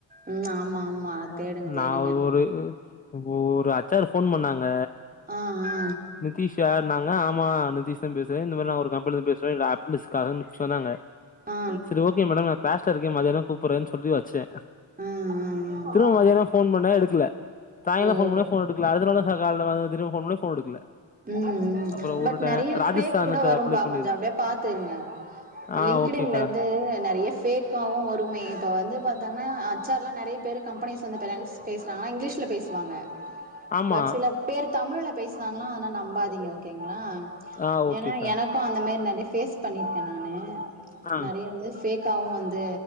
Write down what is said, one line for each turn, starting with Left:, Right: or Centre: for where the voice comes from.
Right: ம் ஆமா ஆமா
Left: அ
Right: தேடுங்க
Left: நா
Right: தேடுங்க
Left: ஒரு ஒரு அச் ஆர் ஃபோன் பண்ணாங்க
Right: ஆ ஆ
Left: நிதிஷானாங்க ஆமா நிதிஷ்தா பேசுறே இந்த மாரி நா ஒரு கம்பெனிலந்து பேசறே இது ஆப்பன்டிஸ் காலுனு சொன்னாங்க
Right: ஆ ஆ
Left: சரி ஓகே மேடம் நா க்ளாஸ்ல இருக்கே மதியானோ கூப்புடறன்னு சொல்ட்டு வச்சே
Right: ஆ ஆ ஆ
Left: திரும்ப மதியானா ஃபோன் பண்ண எடுக்ல தாயந்ரோ
Right: ஆ ஓ
Left: ஃபோன் பண்ண ஃபோன் எடுக்கல அடுத்த தடவ சாயாங்காலோ வந்துடு ஃபோன் பண்ண ஃபோன எடுக்கல
Right: ம் ம்
Left: அப்றோ வுட்டுட்டே
Right: பட் நெறைய
Left: ராஜஸ்தானுக்கு
Right: ஃபேக் கூட வரும்பா
Left: அப்ளை பண்ணிருக்கே
Right: கொஞ்சோ அப்டியே பாத்துருங்க
Left: ஆ
Right: லிங்க்டு
Left: ஓகேக்கா
Right: இன்ல இருந்து நெறைய ஃபேக் காவு வருமே இப்ப வந்து பாத்தாங்னா ஹச் ஆர்லா நெறைய பேர் கம்பனிஸ்ல வந்து பெரன்ஸ் பேசுறாங்க இங்லிஷ்ல பேசுவாங்க
Left: ஆமா
Right: பட் சில பேர் தமிழ்ல பேசினாங்களா ஆனா நம்பாதீங்க ஓகேங்களா
Left: ஆ ஓகேக்கா
Right: ஏனா எனக்கு அந்த மாரி நெறை ஃபேஸ் பண்ணியிருக்கே நானு
Left: ஆ
Right: நெறைய வந்து ஃபேக்கவு வந்து